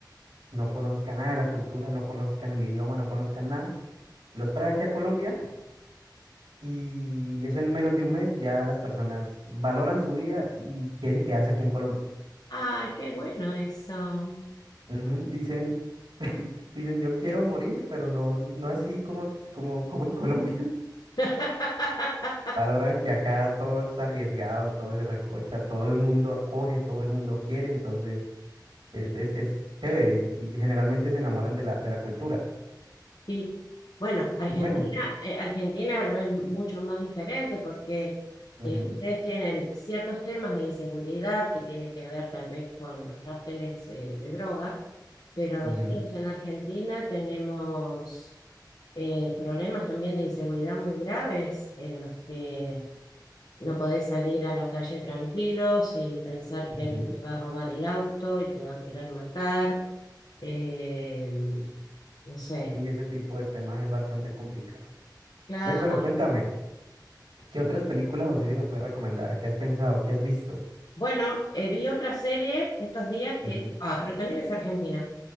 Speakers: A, on the right (about 85°); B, on the left (about 65°).
A: no conozca nada de la cultura, no conozcan el idioma, no conozcan nada. Los trae aquí a Colombia y eso en menos de un mes ya las personas valoran su vida y quieren quedarse aquí en Colombia.
B: Ay, qué bueno eso.
A: Ujú, Dicen, dicen yo quiero morir, pero no, no así como, como, como en Colombia. <laughs>
B: <laughs>
A: Valoran que acá todo es arriesgado, todo es recocha, todo el mundo acoge, todo el mundo quiere, entonces es, es, es chévere y, y generalmente se enamoran de la, de la cultura.
B: Sí. Bueno, Argentina,
A: Y bueno,
B: eh, Argentina no es mucho más diferente porque
A: ujú,
B: eh, ustedes tienen ciertos temas de inseguridad que tiene que ver tal vez con los cárteles eh, de droga, pero
A: ujú,
B: nosotros en Argentina tenemos eh, problemas también de inseguridad muy graves en los que No podés salir a la calle tranquilo sin pensar que
A: ujú.
B: alguien te va a robar el auto y te va a querer matar. Eh, no sé.
A: Sí, ese tipo de temas es bastante complicado.
B: Claro.
A: Ve, pero cuéntame, ¿qué otras películas o series me puedes recomendar? ¿Qué has pensado? ¿Qué has visto?
B: Bueno, eh, vi otra serie estos días
A: Ujú,
B: que, ah, pero también es argentina,